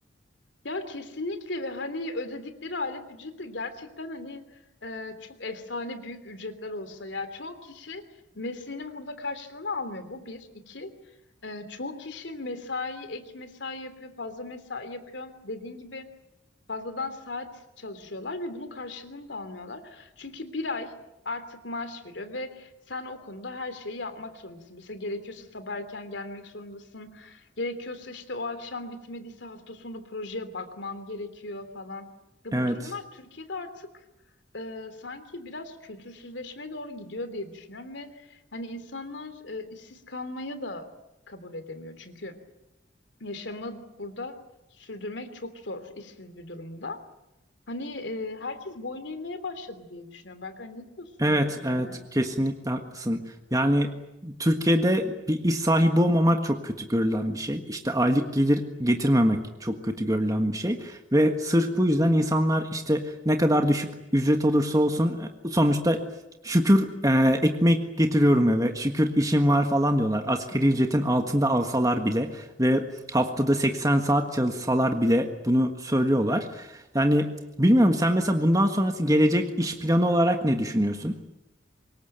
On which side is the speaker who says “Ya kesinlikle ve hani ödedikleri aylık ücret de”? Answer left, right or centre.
Left